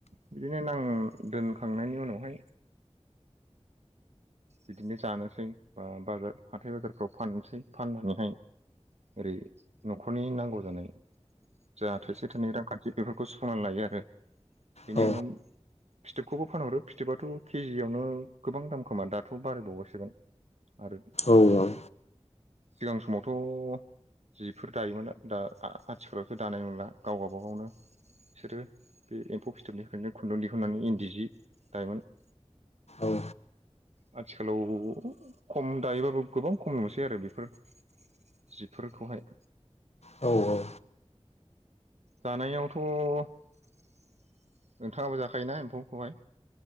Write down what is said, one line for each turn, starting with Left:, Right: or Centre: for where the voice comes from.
Right: बिदिनो नां दोन खांनायनि उनावहाय बिदिनो जानोसै बा बाजार हाथाय बाजारफ्राव फानसै फाननानैहाय ओरै न'खरनि नांगौ जानाय जा थाइसे थाइनै रांखान्थि बेफोरखौ सुफनानै लायो आरो बेनि
Left: औ
Right: उनाव फिथोबखौबो फानहरो फिथोबाथ' केजियावनो गोबां दाम खोमा दा थ' बारायबावबायसोदां आरो
Left: औ औ।
Right: सिगां समावथ' जिफोर दायोमोन दा आ आथिखालावथ' दानाय नंला गावबा गाबागावनो बिसोरो बे एम्फौ फिथोबनिफ्रायनो खुन्दुं दिहुननानै इन्दि जि दायोमोन।
Left: औ।
Right: आथिखालाव खम दायोबाबो गोबां खम नुसै आरो बेफोर जिफोरखौहाय।
Left: औ औ।
Right: जानायावथ' नोंथांंयाबो जाखायोना एम्फौखौहाय।